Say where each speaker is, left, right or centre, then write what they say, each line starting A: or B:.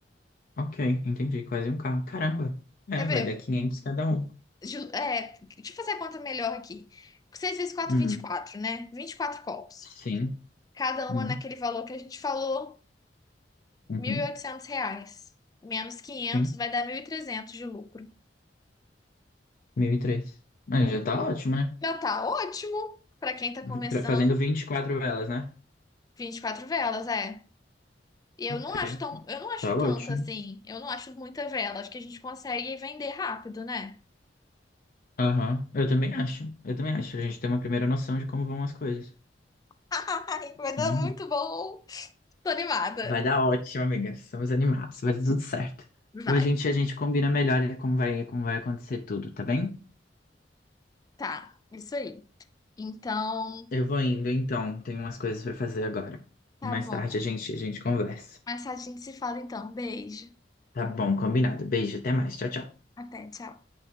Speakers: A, on the left (about 55°); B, on the left (about 20°).
A: ok, entendi, quase um K, caramba, é,
B: Quer ver?
A: vai dar 500 cada um.
B: Ju- É, deixa eu fazer a conta melhor aqui. seis vezes quatro
A: Hum,
B: vinte e quatro né? vinte e quatro copos.
A: sim,
B: Cada
A: hum,
B: uma naquele valor que a gente falou,
A: uhum,
B: mil e oitocentos reais. Menos quinhentos
A: sim,
B: vai dar 1.300 de lucro.
A: 1003 Mas já tá ótimo, né?
B: Já tá ótimo para quem tá
A: V-
B: começando.
A: pra- Fazendo 24 velas, né?
B: vinte e quatro velas, é. E Eu
A: Ok,
B: não acho tão, eu não acho
A: tá ótimo.
B: tanto assim. Eu não acho muita vela. Acho que a gente consegue vender rápido, né?
A: Aham, eu também acho, eu também acho, a gente tem uma primeira noção de como vão as coisas.
B: <laughs> Ai, vai dar
A: Uhum.
B: muito bom. Tô animada.
A: Vai dar ótimo, amiga. Estamos animados, vai dar tudo certo. Então
B: Vai.
A: a gente, a gente combina melhor como vai, como vai acontecer tudo, tá bem?
B: Tá, isso aí. Então,
A: Eu vou indo então, tenho umas coisas pra fazer agora.
B: tá
A: Mais
B: bom.
A: tarde a gente, a gente conversa.
B: Mas a gente se fala então. Beijo.
A: Tá bom, combinado. Beijo, até mais. Tchau, tchau.
B: Até, tchau.